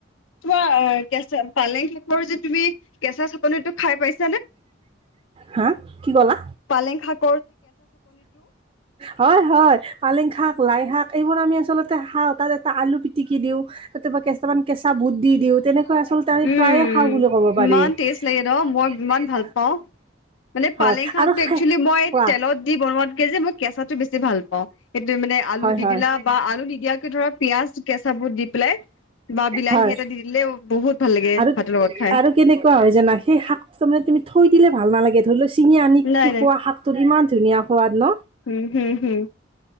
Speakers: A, on the left; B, on the right.
A: তোমাৰ কেঁচা পালেং শাকৰ যে তুমি কেঁচা চাটনিটো খাই পাইছা?
B: হা কি ক'লা।
A: পালেং শাক।
B: হয়, হয়, পালেং শাক। লাই শাক এইবোৰ আমি আচলতে খাওঁ। তাত এটা আলু পিটিকি দিওঁ তাত কেটামান কেঁচা বুট দি দিওঁ তেনেকুৱা। আচলতে আমি
A: উম
B: পাই খাওঁ বুলি ক'ব পাৰি, ইমান ষ্টেটি
A: টেষ্ট লাগে ন মই ইমান
B: ন
A: ভাল পাওঁ মানে
B: হয়।
A: পালেং খাকটো
B: আৰু খে
A: একচুৱেলি মই
B: কোৱা
A: তেলত দি বনোৱাতকে যে মই কেঁচাটো হে ভাল অ' সেইটোয়ে মানে আলু
B: হয়
A: দি
B: হয়
A: দিলা বা আলু নিদিয়াকে ধৰা পিয়াজ কেঁচা বুট দি পেলাই। বা বিলাহী
B: হয়
A: এটা দি দিলেওঁ বহুত ভাল লাগে
B: আৰু
A: ভাতৰ লগত খাই।
B: আৰু কেনেকুৱা হয় জানা সেই শাক তাৰানে তুমি থৈ দিলে ভাল নালাগে ধৰি লোৱা ছিঙি আনি
A: নাই
B: কি
A: নাই
B: খোৱা শাকটো ইমান ধুনীয়া সোৱাদ ন।
A: উম, হম, হম,